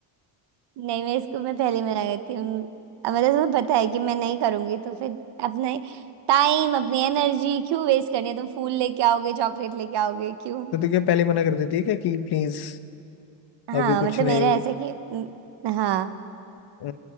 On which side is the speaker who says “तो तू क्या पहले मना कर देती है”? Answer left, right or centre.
Left